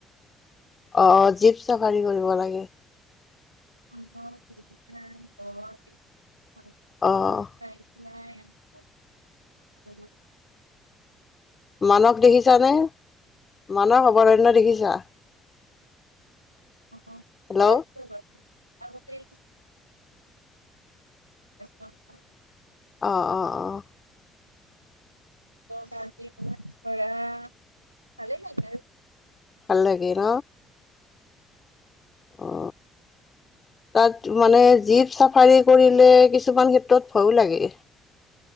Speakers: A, on the left; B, on the right.
A: অ জীপ চাফাৰী কৰিব লাগে।
B: অ <unintelligible>
A: অঁ
B: নাই
A: মানস দেখিছা নে মানস অভাৰণ্য দেখিছা
B: অ কত
A: হেল্ল'
B: আছে বাৰু আগতে <unintelligible>
A: অঁ অঁ অঁ
B: ভাজি ম থৰা ভালে লাগিলে আৰু
A: ভাল লাগে ন অ তাত মানে জীপ চাফাৰী কৰিলে কিছুমান ক্ষেত্ৰত ভয়ো লাগে